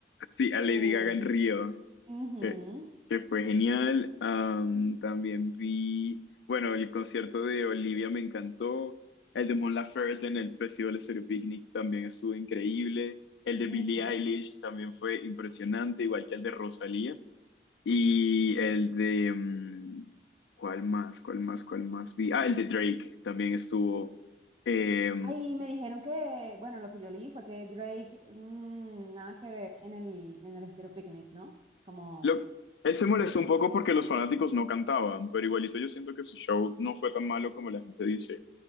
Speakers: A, on the left; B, on the right.
A: sí, a Lady
B: Eh,
A: Gaga en Río,
B: ujú,
A: que, que fue genial. Am, también vi, bueno, el concierto de Olivia me encantó. El de Mon Laferte en el Festival Estéreo Picnic también estuvo increíble. El de
B: ujú.
A: Billie Eilish también fue impresionante, igual que el de Rosalía. Y el de... mm, ¿Cuál más? ¿Cuál más? ¿Cuál más vi? Ah, el de Drake también estuvo. eh,
B: Ay, me dijeron que, bueno, lo que yo leí fue que Drake, mm, nada que ver en el, en el Estéreo Picnic, ¿no? Como
A: lo- él se molestó un poco porque los fanáticos no cantaban, pero igualito yo siento que su show no fue tan malo como la gente dice.